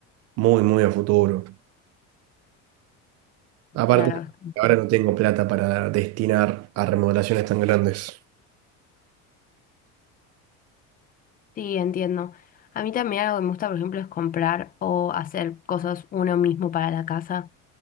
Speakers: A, on the right; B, on the left.
A: muy, muy a futuro. Aparte,
B: Claro,
A: ahora no tengo plata para destinar a remodelaciones tan grandes.
B: sí, entiendo. A mí también algo que me gusta, por ejemplo, es comprar o hacer cosas uno mismo para la casa.